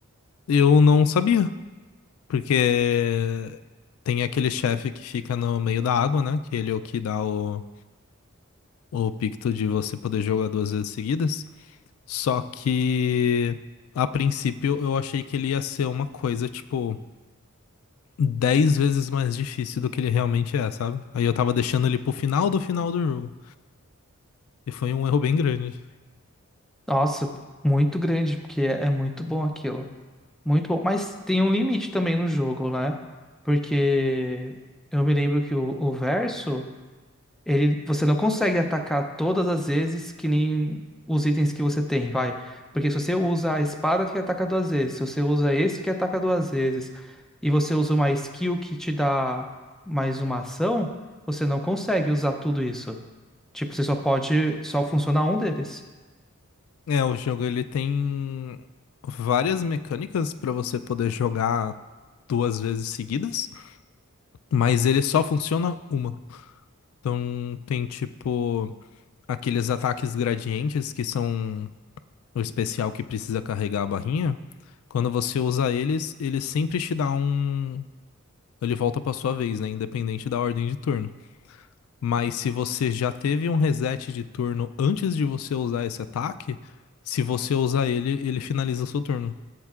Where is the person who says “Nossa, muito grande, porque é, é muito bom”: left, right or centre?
Centre